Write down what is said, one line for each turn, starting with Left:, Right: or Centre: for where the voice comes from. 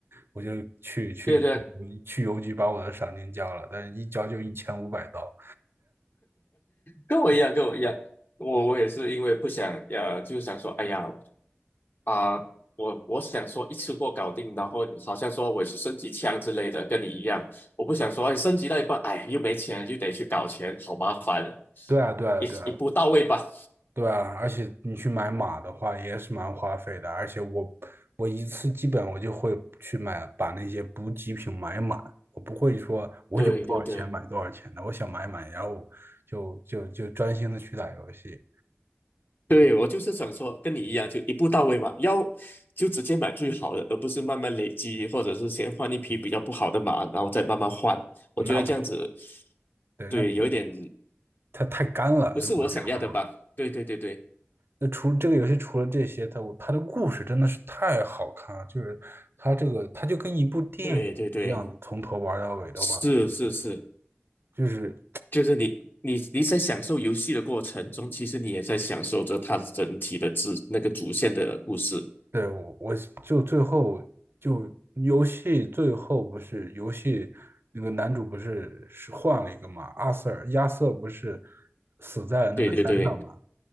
Right: 我就去去
Left: 对对，
Right: 去邮局把我的赏金交了，但是一交就一千五百刀。
Left: 跟我一样，跟我一样。我我也是因为不想，呃，就想说，哎呀，啊、我我想说一次过搞定，然后好像说我去升级枪之类的，跟你一样，我不想说哎升级到一半，哎又没钱，又得去搞钱，好麻烦的，
Right: 对啊，对啊，
Left: 一一步到位吧。
Right: 对啊，对啊，而且你去买马的话也是蛮花费的，而且我我一次基本我就会去买把那些补给品买满，我不会说我有多少钱买多少钱的，
Left: 对对对
Right: 我想买满，然后就就就专心的去打游戏，
Left: 对，我就是想说跟你一样，就一步到位嘛，要就直接买最好的，而不是慢慢累积，或者是先换一匹比较不好的马，然后再慢慢换。我觉得这样子，
Right: 那不是对，
Left: 对，
Right: 那没意义
Left: 有一点
Right: 它太干了，
Left: 不是我想要的吧？
Right: 如果这样的话。
Left: 对对对对
Right: 那除这个游戏除了这些，它它的故事真的是太好看了，就是它这个它就跟一部电影一样，
Left: 对对对，
Right: 从头玩到尾的话，
Left: 是是是。
Right: 就是
Left: 就是你你你在享受游戏的过程中，其实你也在享受着它整体的主那个主线的故事。
Right: 对我我就最后就游戏最后不是游戏那个男主不是是换了一个嘛，阿瑟尔亚瑟不是死在那个山上嘛，
Left: 对对对，